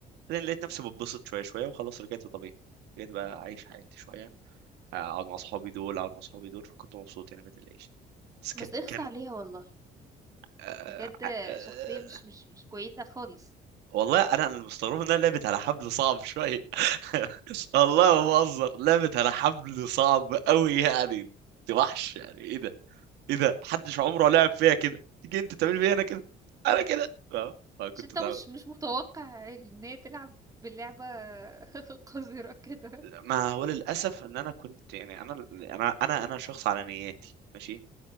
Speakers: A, on the right (about 80°); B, on the right (about 20°).
A: بعدين لقيت نفسي بتبسط شويه شويه وخلاص رجعت طبيعي رجعت بقى اعيش حياتي شويه اقعد مع اصحابي دول اقعد مع اصحابي دول فكنت مبسوط يعني ما تقلقش بس كان
B: بس اخص
A: كان
B: عليها والله
A: آه...
B: بجد
A: آه...
B: شخصية مش مش مش كويسة خالص
A: والله انا اللي مستغرب انها لعبت على حبل صعب شويه <laughs> والله ما بهزر لعبت على حبل صعب قوي يعني انت وحش يعني ايه ده ايه ده محدش عمره لعب فيها كده تيجي انت تعمل فيها انا كده انا كده اه ما كنت
B: عشان انت
A: تعمل
B: مش مش متوقع ان هي تلعب باللعبة <laughs> قذرة كده
A: ما هو للاسف ان انا كنت يعني انا انا انا انا شخص على نياتي ماشي